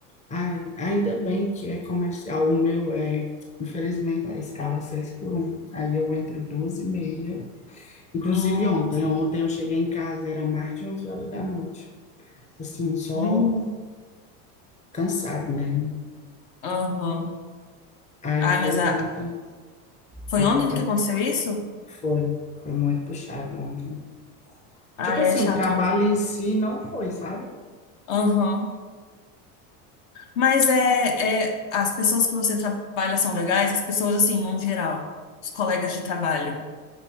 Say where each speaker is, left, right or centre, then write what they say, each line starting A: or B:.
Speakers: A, on the left; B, on the left.
A: ai, ainda bem que é comercial, o meu é, infelizmente, a escala seis por um Aí eu entro duas e meia, inclusive
B: Hum,
A: ontem, ontem eu cheguei em casa, era mais de 11 horas da noite, assim, só
B: hum,
A: cansado, né?
B: aham.
A: Aí
B: Ai,
A: foi
B: mas a...
A: ontem,
B: foi
A: ontem
B: ontem
A: foi,
B: que aconteceu isso?
A: foi, foi muito puxado ontem.
B: Ai,
A: Tipo assim,
B: é chato.
A: o trabalho em si não foi, sabe?
B: Aham. Mas é, é. As pessoas que você trabalha são legais? As pessoas, assim, no geral. Os colegas de trabalho